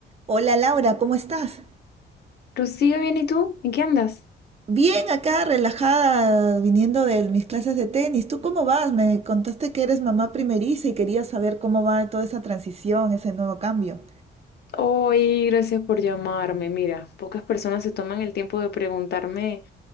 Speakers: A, on the right (about 30°); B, on the left (about 55°).
A: Hola Laura, ¿cómo estás?
B: Rocío, bien, ¿y tú? ¿En qué andas?
A: Bien, acá relajada, viniendo de mis clases de tenis. ¿Tú cómo vas? Me contaste que eres mamá primeriza y quería saber cómo va toda esa transición, ese nuevo cambio.
B: Hoy, gracias por llamarme. Mira, pocas personas se toman el tiempo de preguntarme